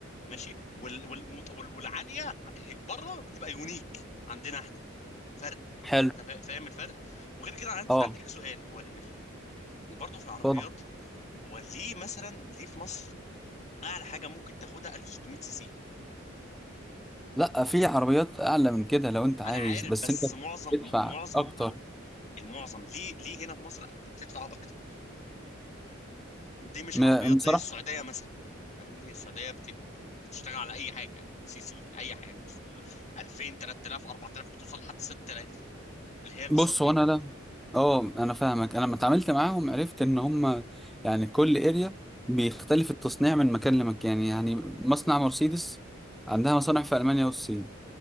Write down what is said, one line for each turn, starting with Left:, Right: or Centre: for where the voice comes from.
Left: ماشي وال... والمت... وال... والعاليه هي- بره بتبقى يونيك عندنا احنا فرق
Centre: حلو
Left: فانت فا- فاهم الفرق وغير كده عندي
Centre: اه
Left: عندي ليك سؤال هو ليه- يعني برضه في العربيات
Centre: اتفضل
Left: هو ليه مثلا ليه في مصر اعلى حاجه ممكن تاخدها 1600 سي سي
Centre: لا في عربيات اعلى من كده لو انت عايز
Left: انا عارف
Centre: بس
Left: بس
Centre: انت
Left: معظم
Centre: تدفع
Left: المعظم
Centre: اكتر
Left: المعظم ليه ليه هنا في مصر بتدفع اكتر ليه مش
Centre: م-
Left: عربيات
Centre: بصراحه
Left: زي السعوديه مثلا فاهمني السعوديه بت- بتشتغل على اي حاجه سي سي اي حاجه 2000 3000 4000 بتوصل لحد 6000 اللي هي الاس
Centre: بص
Left: ار تي
Centre: هو انا لا اه انا فاهمك انا لما اتعاملت معاهم عرفت ان هم يعني كل اريا بيختلف التصنيع من مكان لمكان يعني مصنع مرسيدس عندها مصانع في المانيا والصين